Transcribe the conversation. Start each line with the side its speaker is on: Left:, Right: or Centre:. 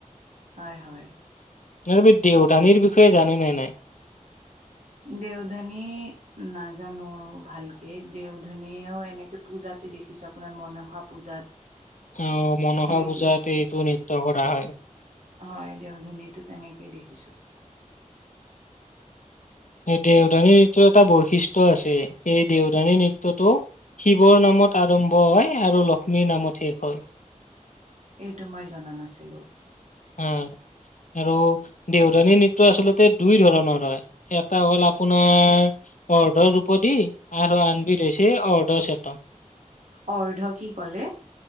Right: হয় হয়।
Left: <unintelligible> এই দেউধানীৰ বিষয়ে জানে নে নাই।
Right: দেওধানী। নাজানো ভালকে দেওধনীও এনেকে পূজাতে দেখিছো আপোনাৰ মনসা পূজাত।
Left: অ মনসা
Right: এনেকে
Left: পূজাত এইটো নৃত্য কৰা হয়।
Right: হয় দেও ধানীটো তেনেকে দেখিছো।
Left: এই দেউধানী নৃত্যৰ এটা বৈশিষ্ট্য আছে সেই দেওধানী নৃত্যটো, শিৱৰ নামত আৰম্ভ হয় আৰু লক্ষ্মীৰ নামত শেষ হয়।
Right: এইটো মই জনা নাছিলো।
Left: উম আৰু দেওধানী নৃত্য আচলতে দুই ধৰণৰ হয়। এটা হ'ল আপোনাৰ, অৰ্ধ ৰূপদী আৰু আনবিধ হৈছে অৰ্ধ চেতন।
Right: অৰ্ধ কি কলে?